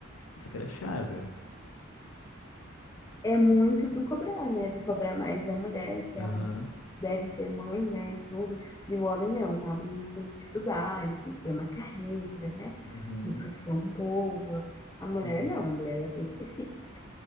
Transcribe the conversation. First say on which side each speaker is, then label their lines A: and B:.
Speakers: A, on the left (about 80°); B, on the left (about 15°).
A: escrachada.
B: É muito do cobrar, né? Do cobrar mais da mulher, que
A: Aham.
B: ela deve ser mãe, né? E tudo. E o homem não. O homem tem que estudar, ele tem que ter uma carreira, né?
A: Uhum,
B: Uma profissão boa. A mulher
A: uhum.
B: não. A mulher, ela tem que ter filhos.